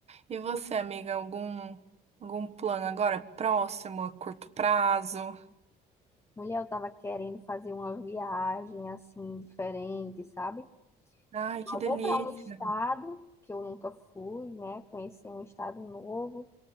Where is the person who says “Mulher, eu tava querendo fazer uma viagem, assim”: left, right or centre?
Left